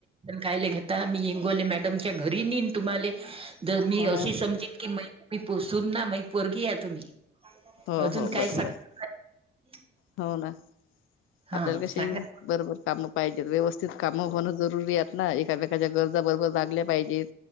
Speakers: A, on the right (about 30°); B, on the left (about 85°).
A: कायला घेता मी इगोवले मॅडमच्या घरी निन तुम्हाले. जर मी
B: हो
A: अशी
B: ना
A: समजिन की म तुही सुन ना म पोरघी या तुम्ही.
B: हो
A: अजून
B: हो
A: काय
B: बरोबर
A: <unintelligible>
B: आहे हो ना.
A: हा
B: आपल्याला कशी
A: सांगा
B: बरोबर कामं पाहिजेत व्यवस्थित काम होणं जरुरी आहेत ना एकामेच्या गरजा बरोबर लागल्या पाहिजेत.